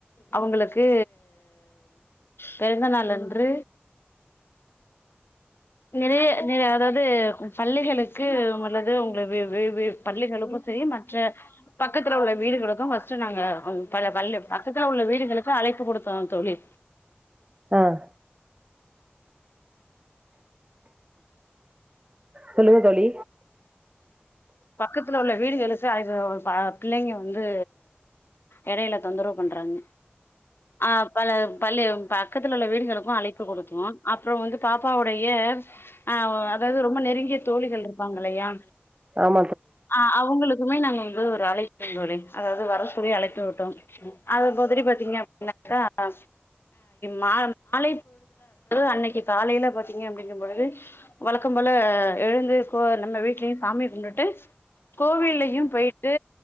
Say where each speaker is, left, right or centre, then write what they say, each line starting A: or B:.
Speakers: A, on the left; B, on the right.
A: அவங்களுக்கு பிறந்தநாளன்று நிறைய நிறை அதாவது பள்ளிகளுக்கு அல்லது உங்க வி வி பள்ளிகளுக்கு சரி மற்ற பக்கத்துல உள்ள வீடுகளுக்கு ஃபஸ்ட் நாங்க ப பள்ளி பக்கத்துல உள்ள வீடுகளுக்கு அழைப்பு கொடுத்தோ தோழி
B: ஆஹ் சொல்லுங்க தோழி
A: பக்கத்துல உள்ள வீடுகளுக்கு அது ப பிள்ளைங்க வந்து எடையில தொந்தரவு பண்றாங்க ஆஹ் பல பள்ளி பக்கத்துல உள்ள வீடுகளுக்கு அழைப்பு கொடுத்தோ அப்புறம் வந்து பாப்பாவுடைய ஆஹ் அதாவது ரொம்ப நெருங்கிய தோழிகள் இருப்பாங்க இல்லையா
B: ஆம்
A: ஆஹ் அவங்களுக்குமே நாங்க ஒரு அழைத்தோ தோழி அதாவது வர சொல்லி அழைப்பு விட்டோ அது பத்திட்டு பாத்தீங்க அப்பனாக்க மாலை பொழுது அன்னைக்கு காலையில பாத்தீங்க அப்படிங்கும் பொழுது வழக்கம் போல எழுந்து கொ நம்ம வீட்லயு சாமி கும்பிட் டு கோவில்லயு போயிட்டு